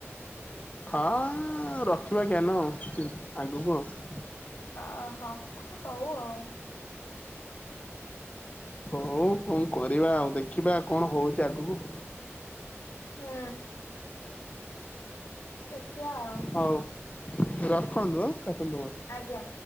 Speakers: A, on the left; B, on the left.
A: ହଁ ରଖିବାଜ୍ଞାାନ ଆଉ ଆଗକୁ ଆଉ।
B: ଅହୋ ହଉ ଆଉ
A: ହଉ କଣ କରିବା ଆଉ ଦେଖିବା କଣ ହଉଛି ଆଗକୁ।
B: ହୁଁ ଦେଖିବା ଆଉ
A: ହଉ ରଖନ୍ତୁ କେତେଳ ଦେବ।
B: ଆଜ୍ଞା।